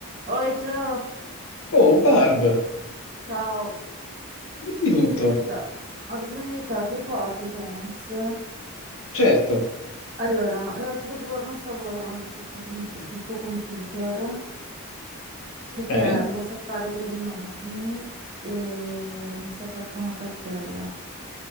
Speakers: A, on the right; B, on the left.
A: Oi Gio,
B: Oh, Barb,
A: ciao,
B: dimmi
A: ho
B: tutto.
A: bisogno di te, ho bisogno di te, ti ricordi Thomas?
B: Certo.
A: Allora, l'altro giorno stavo lavorando sul tuo compi- sul suo computer perché
B: Eh?
A: devo salvare delle immagini e mi si è aperta una cartella,